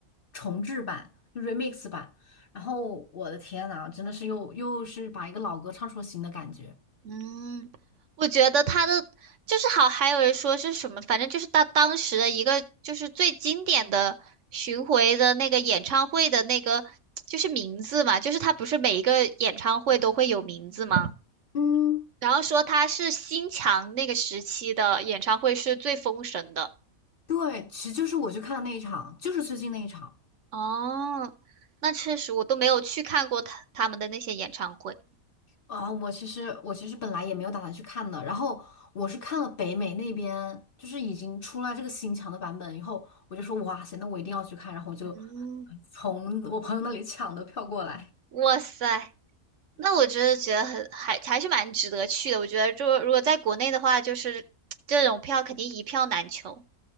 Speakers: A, on the left; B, on the right.
A: 重制版，就 remix 版。然后我的天呐，真的是又又是把一个老歌唱出了新的感觉。
B: 嗯，我觉得他的就是好，还有人说是什么，反正就是他当时的一个就是最经典的巡回的那个演唱会的那个就是名字嘛，就是他不是每一个演唱会都会有名字吗？
A: 嗯，
B: 然后说他是新强那个时期的演唱会是最封神的。
A: 对，其实就是我去看的那一场，就是最近那一场
B: 哦，那确实我都没有去看过他他们的那些演唱会。
A: 啊。我其实我其实本来也没有打算去看的，然后我是看了北美那边，就是已经出来这个新墙的版本以后，我就说哇塞，那我一定要去看，然后我就
B: 嗯，
A: 从我朋友那里抢的票过来。
B: 哇塞，那我真的觉得很还还是蛮值得去的。我觉得就如果在国内的话，就是这种票肯定一票难求。